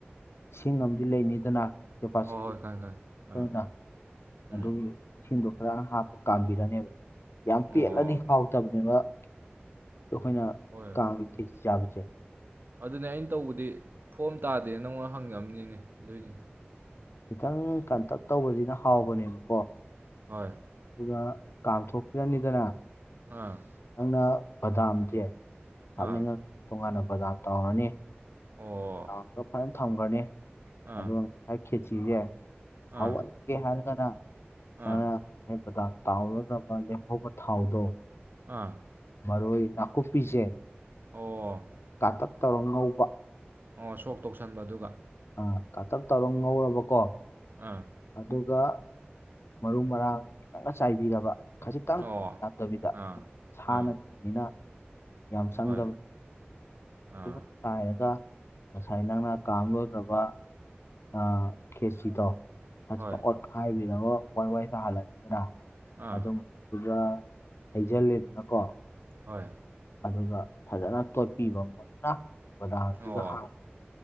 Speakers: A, on the left; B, on the right.
A: ꯏꯁꯤꯡ ꯑꯃꯗꯤ ꯂꯩꯅꯤꯗꯅ ꯀꯦꯄꯥꯁꯤꯇꯤ
B: ꯍꯣꯏ ꯍꯣꯏ ꯈꯪꯉꯦ ꯈꯪꯉꯦ
A: ꯑꯗꯨꯅ
B: ꯑꯥ
A: ꯑꯗꯨꯒꯤ
B: ꯎꯝ
A: ꯏꯁꯤꯡꯗꯣ ꯈꯔ ꯍꯥꯞꯄ ꯀꯥꯝꯕꯤꯔꯅꯦꯕ ꯌꯥꯝ
B: ꯑꯣ
A: ꯄꯦꯠꯂꯗꯤ ꯍꯥꯎꯇꯕꯅꯦꯕ ꯗꯣ ꯑꯈꯣꯏꯅ
B: ꯍꯣꯏ
A: ꯀꯥꯝ ꯈꯦꯆꯤ ꯆꯥꯡꯖꯦ
B: ꯑꯗꯨꯅꯦ ꯑꯩꯅ ꯇꯧꯕꯗꯤ ꯐꯣꯝ ꯇꯥꯗꯦ ꯅꯪꯉꯣꯟꯗ ꯍꯪꯉꯝꯅꯤꯅꯦ ꯑꯗꯨꯏꯅꯤ
A: ꯈꯤꯇꯪ ꯀꯟꯇꯛ ꯇꯧꯕꯖꯤꯅ ꯍꯥꯎꯕꯅꯦꯕꯀꯣ
B: ꯍꯣꯏ
A: ꯑꯗꯨꯒ ꯀꯥꯝꯊꯣꯛꯄꯤꯔꯅꯤꯗꯅ
B: ꯑꯥ
A: ꯅꯪꯅ ꯕꯗꯥꯝꯖꯦ ꯍꯥꯞꯅꯤꯡꯉ
B: ꯑꯥ
A: ꯇꯣꯉꯥꯟꯅ ꯕꯗꯥꯝ ꯇꯥꯎꯔꯅꯤ
B: ꯑꯣ
A: ꯇꯥꯎꯔꯒ ꯐꯖꯅ ꯊꯝꯒ꯭ꯔꯅꯤ
B: ꯑꯥ
A: ꯑꯗꯨꯒ ꯉꯁꯥꯏ ꯈꯦꯆꯤꯖꯦ
B: ꯑꯥ
A: ꯍꯥꯎꯋꯜ ꯒꯦ ꯍꯥꯏꯔꯒꯅ
B: ꯑꯥ
A: ꯅꯪꯅ ꯉꯁꯥꯏ ꯕꯗꯥꯝ ꯇꯥꯎꯔꯒ ꯑꯃ ꯂꯦꯝꯍꯧꯕ ꯊꯥꯎꯗꯣ
B: ꯑꯥ
A: ꯃꯔꯣꯏ ꯅꯥꯀꯨꯞꯄꯤꯖꯦ
B: ꯑꯣ
A: ꯀꯥꯇꯛ ꯇꯧꯔ ꯉꯧꯕ
B: ꯑꯣ ꯁꯣꯛ ꯇꯧꯁꯟꯕ ꯑꯗꯨꯒ
A: ꯑ ꯀꯥꯇꯛ ꯇꯧꯔ ꯉꯧꯔꯕꯀꯣ
B: ꯑꯥ
A: ꯑꯗꯨꯒ ꯃꯔꯨ ꯃꯔꯥꯡ ꯈꯤꯇꯪꯒ ꯆꯥꯏꯕꯤꯔꯕ ꯈꯖꯤꯛꯇꯪ
B: ꯑꯣ
A: ꯌꯥꯝꯗꯕꯤꯗ
B: ꯑꯥ
A: ꯁꯥ
B: ꯑꯥ
A: ꯅꯠꯇꯕꯅꯤꯅ ꯌꯥꯝ ꯆꯪꯗꯕ
B: ꯍꯣꯏ ꯑꯥ
A: ꯈꯤꯇꯪ ꯆꯥꯏꯔꯒ ꯉꯁꯥꯏ ꯅꯪꯅ ꯀꯥꯝ ꯂꯣꯏꯒ꯭ꯔꯕ ꯑ ꯈꯦꯆꯤꯗꯣ ꯐꯖꯅ
B: ꯍꯣꯏ
A: ꯑꯣꯠꯈꯥꯏꯕꯤꯔꯒ ꯋꯥꯏ ꯋꯥꯏ ꯇꯥꯍꯜꯂꯅꯤꯗꯅ
B: ꯑꯥ
A: ꯑꯗꯨꯝ ꯗꯨꯒ ꯍꯩꯖꯜꯂꯦꯗꯅꯀꯣ
B: ꯍꯣꯏ
A: ꯑꯗꯨꯒ ꯐꯖꯅ ꯇꯣꯠꯄꯤꯕ ꯃꯨꯟꯅ ꯕꯗꯥꯝꯁꯤꯒ
B: ꯑꯣ
A: ꯍꯥꯞ